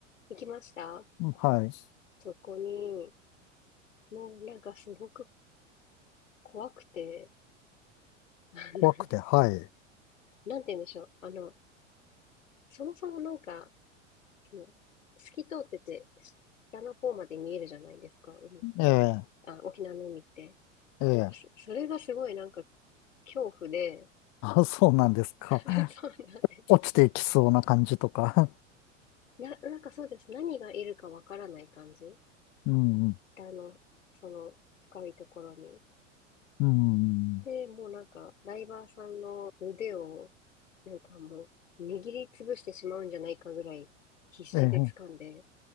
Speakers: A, on the left (about 80°); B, on the left (about 50°).
A: 行きました
B: はい。
A: そこに、もうなんかすごく怖くて、あの、
B: 怖くて、はい。
A: なんて言うんでしょう。あの、そもそもなんか、その、透き通ってて、下の方まで見えるじゃないですか、海って。
B: ええ、
A: あ、沖縄の海って。
B: ええ。
A: なんかそ、それがすごいなんか恐怖で、
B: あ、そうなんですか。
A: <laughs> そうなんです。
B: 落ちていきそうな感じとか。
A: な、なんかそうです。何がいるかわからない感じ。
B: うん、
A: 下の、その深いところに。
B: うん、
A: で、もうなんか、ダイバーさんの腕を、なんかもう、握りつぶしてしまうんじゃないかぐらい、必死で掴んで、
B: ええ、